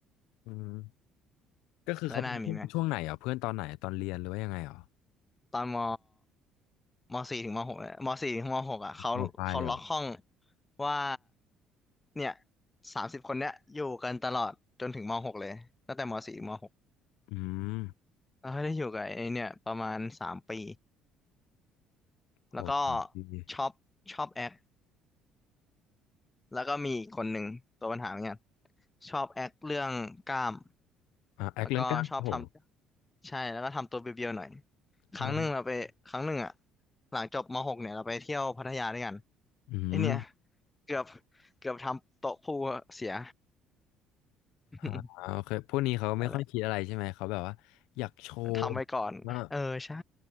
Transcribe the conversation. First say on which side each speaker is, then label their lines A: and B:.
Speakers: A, on the left; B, on the left.
A: อืมก็คือเขาเป็นเพื่อนช่วงไหนอ่ะเพื่อนตอนไหนตอนเรียนหรือว่ายังไงอ่ะ
B: แล้วนายมีไหมตอนมมสี่ถึงมหกเนี่ยมสี่ถึงมหกอะเขาเขาล็อกห้อง
A: มปลายเลยเหรอ
B: ว่าเนี่ยสามสิบคนเนี้ยอยู่กันตลอดจนถึงมหกเลยตั้งแต่มสี่ถึงมหก
A: อืม
B: แล้วได้อยู่กับไอเนี่ยประมาณสามปี
A: โห
B: แล้วก็
A: ดี
B: ชอบชอบแอคแล้วก็มีอีกคนหนึ่งตัวปัญหาเหมือนกันชอบแอคเรื่องกล้าม
A: อ่าแอคเรื่องกล้าโห
B: แล้วก็ชอบทำใช่แล้วก็ทำตัวเบียวๆหน่อยครั้งหนึ่งเราไปครั้งหนึ่งอะ
A: อ่า
B: หลังจบมหกเนี่ยเราไปเที่ยวพัทยาด้วยกัน
A: อืม
B: ไอเนี่ยเกือบเกือบทำโต๊ะพูลเสีย <laughs>
A: อ่าโอเคพวกนี้เขาไม่ค่อยคิดอะไรใช่ไหมเขาแบบว่าอยากโชว์
B: อะไรทำไว้ก่อนเออใช่
A: ว่า